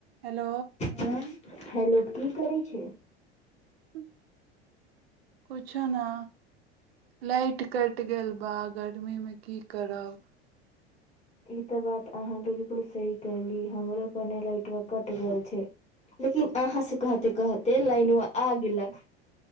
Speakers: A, on the right; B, on the left.
A: हेलो
B: ह हेलो की करै छै
A: ह्म कुछो ने लाइट कटि गेल बा गर्मी मे की करब
B: ई तऽ बात अहाँ बिलकुल सही कली हमरोपर नहि लाइटवा कटि गेल छै लेकिन अहाँसँ कहते कहते लाइनो आग ल